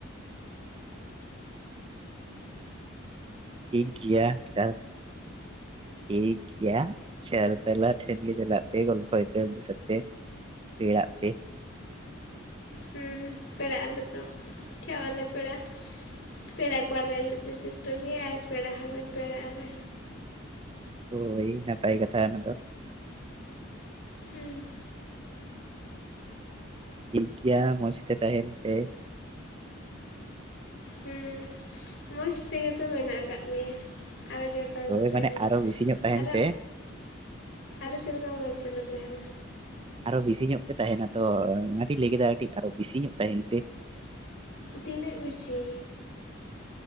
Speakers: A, on the right (about 25°); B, on the left (about 65°).
A: ᱴᱷᱤᱠ ᱜᱮᱭᱟ ᱪᱟ ᱴᱷᱤᱠ ᱜᱮᱭᱟ ᱪᱟᱨᱛᱟᱞᱟ ᱴᱷᱮᱱ ᱜᱮ ᱪᱟᱞᱟᱜ ᱯᱮ ᱜᱚᱞᱚᱭ ᱯᱮ ᱩᱱᱠᱩ ᱥᱟᱛᱮ ᱾ ᱯᱮᱲᱟᱜ ᱯᱮ
B: ᱦᱩᱸ <unintelligible> ᱯᱮᱲᱟᱜ ᱟᱞᱮ ᱛᱚ, ᱪᱮᱫᱟᱜ ᱵᱟᱞᱮ ᱯᱮᱲᱟᱜᱼᱟ? ᱯᱮᱲᱟ ᱠᱚᱣᱟᱞᱮ ᱟᱞᱮ ᱫᱚ ᱡᱚᱛᱚ ᱜᱮ ᱟᱨ ᱯᱮᱲᱟ ᱦᱚᱸᱞᱮ ᱯᱮᱲᱟᱜ ᱟᱞᱮ᱾
A: ᱦᱳᱭ ᱱᱟᱯᱟᱭ ᱠᱟᱛᱷᱟ ᱚᱱᱟ ᱫᱚ᱾
B: ᱦᱩᱸ᱾
A: ᱴᱷᱤᱠ ᱜᱮᱭᱟ ᱢᱚᱡᱽ ᱛᱮ ᱛᱟᱦᱮᱱ ᱯᱮ᱾
B: ᱦᱩᱸ᱾ ᱢᱚᱡᱽ ᱛᱮᱜᱮ ᱛᱚ ᱢᱮᱱᱟᱜ ᱟᱠᱟᱫ ᱞᱮᱭᱟ ᱟᱨᱚ ᱡᱚ ᱟᱨ
A: ᱦᱳᱭ
B: ᱛᱟᱦᱮᱱᱟ
A: ᱢᱟᱱᱮ ᱟᱨᱚ ᱵᱮᱥᱤ ᱧᱚᱜ ᱛᱟᱦᱮᱱ
B: ᱟᱨᱚ
A: ᱯᱮ
B: ᱟᱨᱚ ᱪᱮᱫ ᱞᱮᱠᱟ ᱢᱚᱡᱽ ᱛᱮᱞᱮ ᱛᱟᱦᱮᱱᱟ?
A: ᱟᱨᱚ ᱵᱮᱥᱤ ᱧᱚᱜ ᱯᱮ ᱛᱟᱦᱮᱱᱟ ᱛᱚ ᱚᱱᱟᱛᱮᱧ ᱞᱟᱹᱭ ᱠᱮᱫᱟ ᱠᱟᱹᱴᱤᱡ ᱟᱨᱚ ᱵᱮᱥᱤ ᱧᱚᱜ ᱛᱟᱦᱮᱱ ᱯᱮ ᱾
B: ᱛᱤᱱᱟᱹᱜ ᱵᱮᱥᱤ?